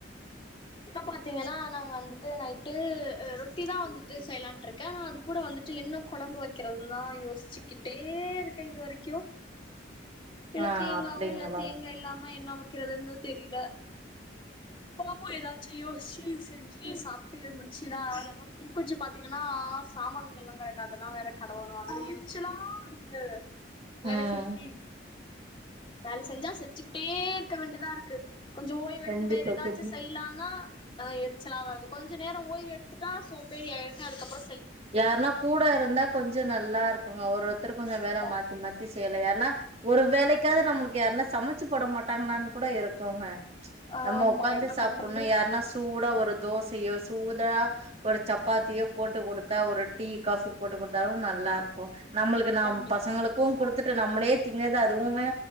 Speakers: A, on the left; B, on the right.
A: இப்ப பாத்தீங்கனா நாங்க வந்துட்டு நைட்டு ரொட்டி தா வந்துட்டு செய்யலான்ட்டு இருக்க ஆன அது கூட வந்துட்டு என்ன கொழம்பு வக்கிறது தா யோசிச்சிகிட்டே இருக்க இது வரக்கு இல்ல
B: ஆ
A: தேங்காவு
B: அப்டிங்களா
A: இல்ல தேங்கா இல்லாம என்னாவு இருதன்னு தெரில பாப்போ ஏதாச்சு யோசிச்சு செஞ்சு சாப்ட்டு முடிச்சுதா ஆகணு கொஞ்சோ பாத்தீங்கனா சாமான்கள் எல்லா கிடக்குது அதெலாம் வேற கலுவணு அத எரிச்சுலா வருது வேல
B: ம்
A: செஞ்சி வேல செஞ்சா செஞ்சுக்கிட்டே இருக்க வேண்டிதா இருக்கு கொஞ்சோ ஓய்வெடுத்து
B: கண்டிப்பா
A: வேற் எதாச்சு
B: கண்டி
A: செய்லானா ஆ எரிச்சலா வருது கொஞ்சோ நேர ஓய்வெடுதுட்டா சோம்பேறி ஆயிடுது அதுக்கப்றோ
B: யாருனா கூட இருந்தா கொஞ்சோ நல்லா இருக்குங்க ஒரு ஒருத்தர் கொஞ்சோ
A: கண்டிப்பா
B: வேல மாத்தி மாத்தி செய்யலா ஏனா ஒரு வேலைக் க்காது நம்ளுக்கு யார்னா சமைச்சி போட மாட்டாங்களானு கூட இருக்குங்க
A: ஆமா
B: நம்ம உக்காந்து
A: என்ன
B: சாப்புனு
A: பண்றது
B: யார்னா சூடா ஒரு தோசையோ சூதா ஒரு சப்பாத்தியே போட்டு குடுத் தா ஒரு டீ காஃபி போட்டு குடுத்தாலு நல்லாருக்கு நம்ளுக்கு நாம்
A: கண்டிப்பா
B: பசங்களுக்கு குடுத் டுத்துட்டு நம்மளே திங்கறது அதுவுமே